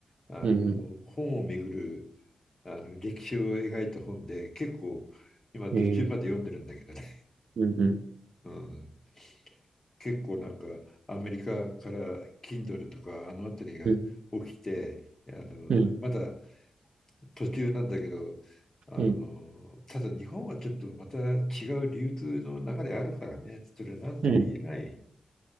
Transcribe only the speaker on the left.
あの本をめぐる
あの歴史を描いた本で結構今途中まで読んでるんだけどね
うん、結構なんかアメリカから Kindle とかあの辺りが起きてあのまだ
途中なんだけどあのただ日本はちょっとまた違う流通の流れあるからねそれ何とも言えない